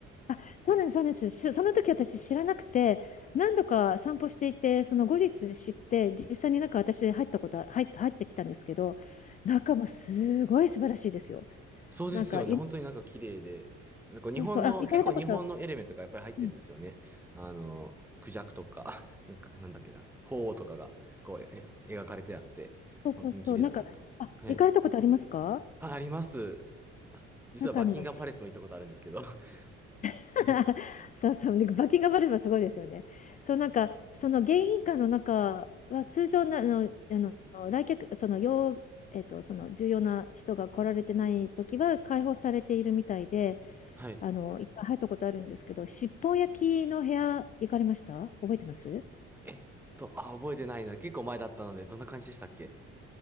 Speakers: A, on the left; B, in the centre.
A: あ、そうなんです、そうなんです。しその時私知らなくて、何度か散歩していて、その後日知って、実際になんか私入ったことは、入っ、入ってきたんですけど、中もすごい素晴らしいですよ。
B: そうですよね。
A: なんか、い
B: 本当になんか綺麗で。なんか日本の、
A: そうそう、あ、行かれたこと、
B: 結構日本のエレメントがやっぱり入ってるんですよね。
A: うん、
B: あのクジャクとか、<laughs> なんか、なんだっけな、鳳凰とかが、こう、え描かれてあって、
A: そうそうそう、
B: 本当に綺麗だなと。
A: なんか、あ、
B: はい。
A: 行かれたことありますか
B: あ、あります。あ実はバッキンガムパレスも行ったことあるんですけど。
A: なんかあの、
B: <laughs>
A: <laughs> そうそう、でバッキンガムパレスもすごいですよね。そう、なんか、その迎賓館の中は、通常な、あの、あの、来客、その、要、えっと、その、重要な人が来られてない時は、開放されているみたいで、
B: はい。
A: あの、いっぱい入ったことあるんですけど、尻尾焼きの部屋、行かれました覚えてます
B: えっと、あ、覚えてないな。結構前だったので、どんな感じでしたっけ